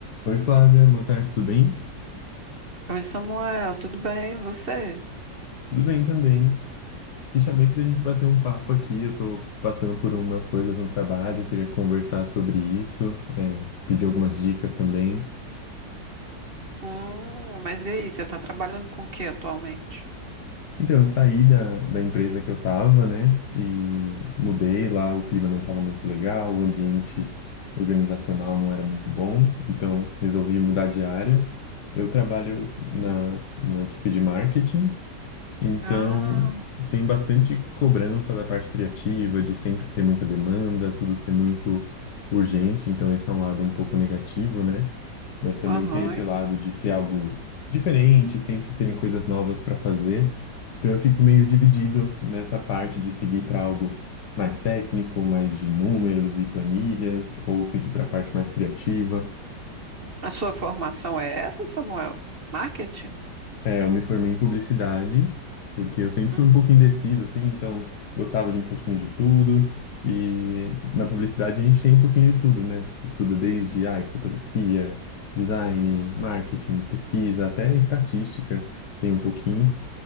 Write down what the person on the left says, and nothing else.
Oi, Flávia, boa tarde, tudo bem?
Tudo bem também. Te chamei para a gente bater um papo aqui. Eu tô passando por umas coisas no trabalho, queria conversar sobre isso, é, pedir algumas dicas também.
Então, eu saí da, da empresa que eu tava, né, e mudei lá. O clima não tava muito legal, o ambiente organizacional não era muito bom, então resolvi mudar de área. Eu trabalho na, na equipe de marketing. Então,
tem bastante cobrança da parte criativa, de sempre ter muita demanda, tudo ser muito urgente. Então, esse é um lado um pouco negativo, né? Mas também
tem esse lado de ser algo diferente, sempre terem coisas novas para fazer. Então, eu fico meio dividido nessa parte de seguir para algo mais técnico, mais de números e planilhas, ou seguir para a parte mais criativa.
É, eu me formei em publicidade, porque eu sempre
fui um pouco indeciso, assim, então gostava de um pouquinho de tudo. E na publicidade a gente tem um pouquinho de tudo, né? Estuda desde, ai, fotografia, design, marketing, pesquisa, até estatística tem um pouquinho.